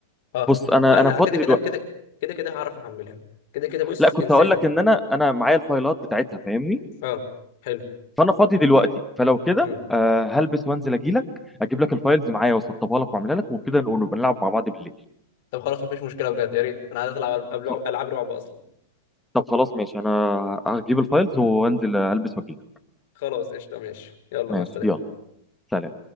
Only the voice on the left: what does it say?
اه
لا انا
كده كده
كده كده كده هعرف احملها كده كده بص
انساني
مم.
اه حلو
مم.
طب خلاص مفيش مشكلة بجد يا ريت انا عايز اطلع العب قبل
العاب رعب اصلا
خلاص قشطة ماشي يلا
مع السلامة